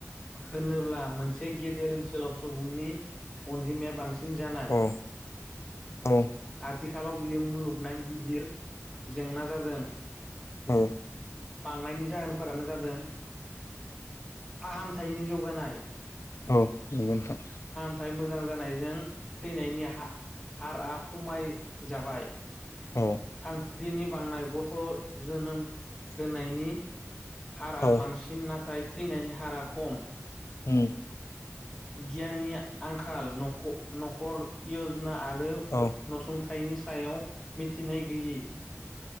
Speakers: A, in the centre; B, on the left.
A: होनोब्ला मोनसे गेदेर ओनसोलाव सुबुंनि अनजिमाया बांसिन जानाय
B: हो। औ
A: आथिखालाव बियो मुलुगनां गिदिर जेंना जादों
B: औ
A: बांनायनि जाहोनफोरानो जादों फाहामथायनि जौगानाय
B: औ नगौ नोथां
A: नाथाय मोजां जानाय जों थैनायनि हार हारआ खमायजाबाय
B: औ
A: सानस्रिनि बांनाय गथ' जोनोम होनायनि हारा
B: औ
A: बांसिन नाथाय थैनायनि हारा खम
B: उम
A: गियाननि आंखाल नख नखर यजना आरो
B: औ
A: नसुंथ फिथायनि सायाव मिथिनाय गैयि